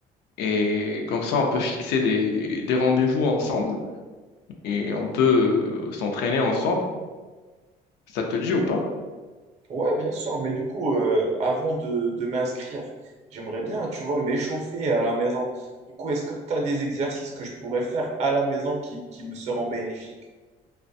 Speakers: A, on the left; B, on the right.
A: Et comme ça, on peut fixer des, des rendez-vous ensemble et on peut euh, s'entraîner ensemble. Ça te dit ou pas?
B: Ouais, bien sûr, mais du coup, euh, avant de, de m'inscrire, j'aimerais bien, tu vois, m'échauffer à la maison. Du coup, est-ce que tu as des exercices que je pourrais faire à la maison qui, qui me seront bénéfiques?